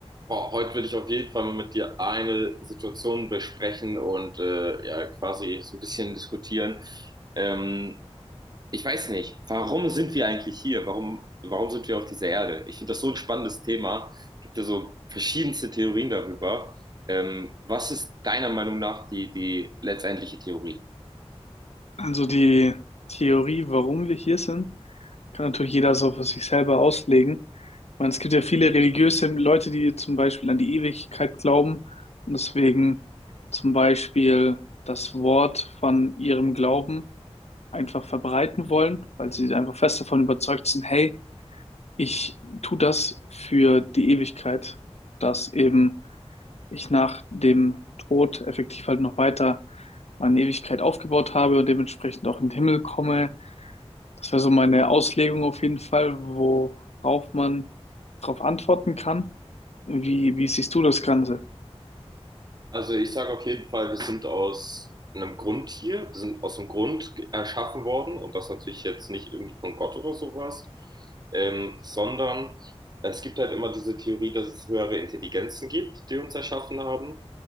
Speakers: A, on the right; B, on the left.
A: Boah, heute will ich auf jeden Fall mal mit dir eine Situation besprechen und äh, ja, quasi so ein bisschen diskutieren. Ähm, ich weiß nicht, warum sind wir eigentlich hier? Warum, warum sind wir auf dieser Erde? Ich finde das so ein spannendes Thema. Es gibt ja so verschiedenste Theorien darüber. Ähm, was ist deiner Meinung nach die, die letztendliche Theorie?
B: Also die Theorie, warum wir hier sind, kann natürlich jeder so für sich selber auslegen. Ich meine, es gibt ja viele religiöse Leute, die zum Beispiel an die Ewigkeit glauben und deswegen zum Beispiel das Wort von ihrem Glauben einfach verbreiten wollen, weil sie einfach fest davon überzeugt sind, hey, ich tue das für die Ewigkeit, dass eben ich nach dem Tod effektiv halt noch weiter meine Ewigkeit aufgebaut habe und dementsprechend auch in den Himmel komme. Das wäre so meine Auslegung auf jeden Fall, worauf man darauf antworten kann. Wie, wie siehst du das Ganze?
A: Also ich sage auf jeden Fall, wir sind aus einem Grund hier, wir sind aus dem Grund ge- erschaffen worden und das natürlich jetzt nicht irgendwie von Gott oder sowas, ähm, sondern es gibt halt immer diese Theorie, dass es höhere Intelligenzen gibt, die uns erschaffen haben.